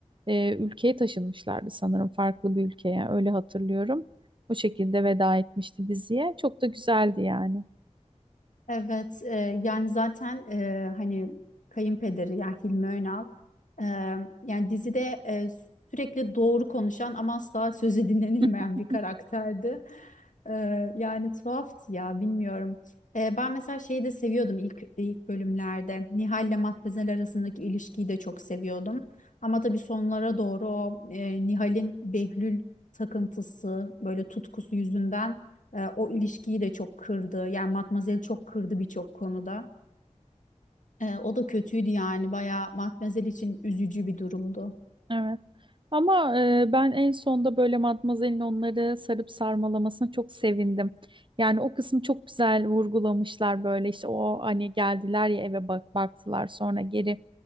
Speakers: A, on the right; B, on the left.
A: e, ülkeye taşınmışlardı sanırım. Farklı bir ülkeye öyle hatırlıyorum. O şekilde veda etmişti diziye. Çok da güzeldi yani.
B: Evet, e, yani zaten e, hani kayınpederi yani Hilmi Önal e, yani dizide e, sürekli doğru konuşan ama asla sözü dinlenilmeyen
A: <laughs>
B: bir karakterdi. E, yani tuhaftı ya bilmiyorum. E, ben mesela şeyi de seviyordum ilk ilk bölümlerde. Nihal ile Matmazel arasındaki ilişkiyi de çok seviyordum. Ama tabii sonlara doğru o e, Nihal'in Behlül takıntısı böyle tutkusu yüzünden. E, o ilişkiyi de çok kırdı. Yani Matmazel çok kırdı birçok konuda. E, o da kötüydü yani. Bayağı Matmazel için üzücü bir durumdu.
A: Evet. Ama e, ben en sonda böyle Matmazel'in onları sarıp sarmalamasına çok sevindim. Yani o kısmı çok güzel vurgulamışlar böyle işte o hani geldiler ya eve bak baktılar sonra geri